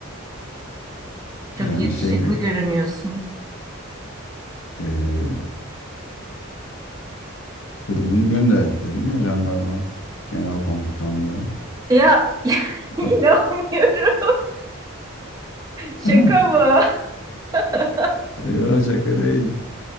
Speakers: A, on the right; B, on the left.
A: Çok
B: yani
A: yakışıklı
B: şeydim.
A: görünüyorsun.
B: e, kurumum gönderdi dedim ya jandarma genel komutanlığı.
A: Ya <laughs> inanmıyorum.
B: Bak,
A: Şaka
B: <laughs>
A: mı? <laughs>
B: Yok şaka değil.